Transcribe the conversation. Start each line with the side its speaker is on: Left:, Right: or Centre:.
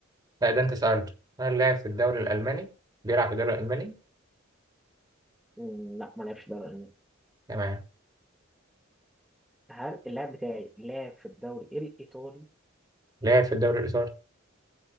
Right: لا ده انت سألته هل لاعب في الدوري الالماني؟ بيلعب في الدوري الالماني؟
Centre: مم، لا ما لعبش الدوري الالماني
Right: تمام
Centre: هل اللاعب بتاعي لعب في الدوري الايطالي
Right: لاعب في الدوري الايطالي